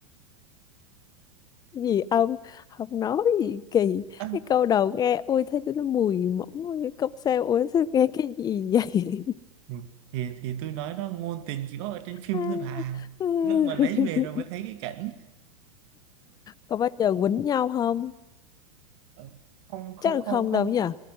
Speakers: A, on the left; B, on the right.
A: gì ông không nói gì kỳ
B: Ân.
A: cái câu đầu nghe ôi thấy nó mùi mỏng ôi, cái cốc xe ôi sao nghe cái gì vậy
B: Ừ, thì thì tôi nói đó ngôn tình chỉ có ở trên
A: <laughs>
B: phim thôi bà lúc mà lấy về rồi mới thấy cái cảnh
A: có bao giờ quýnh nhau không
B: Ờ, không không
A: chắc là
B: không
A: không
B: không
A: đâu nhỉ